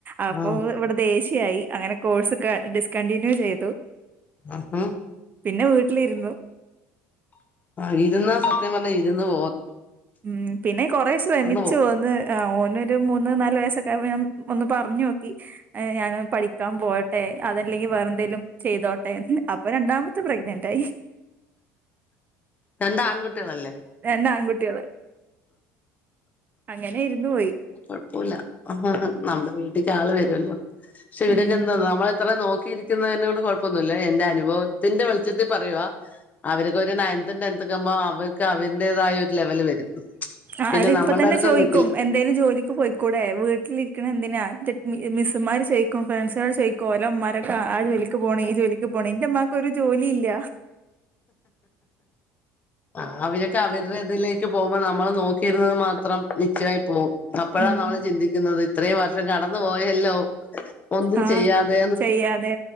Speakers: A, on the right; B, on the left.
A: അപ്പോ
B: ആ
A: ഇവിടെ ദേഷ്യ അങ്ങനെ കോഴ്സ് ഡിസ്കണ്ടിന്യൂ ചെയ്തു
B: ഉം
A: പിന്നെ വീട്ടിലിരുന്നു
B: ആ ഇരുന്ന് സത്യം പറഞ്ഞാ ഇരുന്ന് പോ
A: ഉം പിന്നെ കൊറെ ശ്രമിച്ചുന്ന്
B: പോവും
A: ആ ഓന് മൂന്ന് നാല് വയസൊക്കെ ഞാൻ ഒന്ന് പറഞ്ഞു നോക്കി ഞാൻ പഠിക്കാൻ പോകട്ടെ അതല്ലെങ്കി വേറെ എന്തേലും ചെയ്തോട്ടെ അപ്പൊ രണ്ടാമത്തെ പ്രഗ്നന്റ് ആയി
B: രണ്ട് ആൺകുട്ടികളല്ലേ
A: രണ്ട് ആൺകുട്ടികള് അങ്ങനെ ഇരുന്നു പോയി
B: തപ്പില്ല നമ്മുടെ വീട്ടിൽ ആള് വരുമല്ലോ പക്ഷെ ഇവരൊക്കെ
A: ഉം
B: എന്താ നമ്മള ഇത്രയും നോക്കി നോക്കിയിരിക്കുന്നതിൽ കുഴപ്പമൊന്നും എന്റെ അനുഭവത്തിന്റെ വെളിച്ചത്തിൽ പറയുവാ അവർക്ക് ഒരു നയൻത്ത് ടെൻത്ത് ക്കുമ്പോ അവർക്ക് അവരുന്റേതായ ഒരു ലെവല് വരും
A: ആ
B: പിന്നെ
A: അത് ഇപ്പ
B: നമ്മളുടെ
A: തന്നെ
B: അടുത്ത്
A: ചോദിക്കും
B: നിക്കില്ല
A: എന്തായാലും ജോലിക്ക് പോയിക്കൂടെ വീട്ടിലിരിക്കണ എന്തിനാ അമാര് ചോദിയ് ഫ്രണ്ട്സു ചോദിക്കും ഓല അക്കെ ആ ജോലിക്ക് പോണം ജോലി പോണം ഇന്റെ ഉമ്മാക്കൊ ഒരു ജോലി ഇല്ല
B: ആ അവരൊക്കെ അവരുടെ ഇതിലേക്ക് പോകുമ്പോ നമ്മ ന നോക്കിരുന്നത് മാത്രം നിശ്യ <unintelligible> മായി പോകും അപ്പോഴാ
A: ഉം
B: നമ്മൾ ചിന്തിക്കുന്നത് ഇത്രയും വർഷം ല്ലോ ഒന്നും
A: ആഹ്
B: ചെയ്യാതെ
A: ചെയ്യാതെ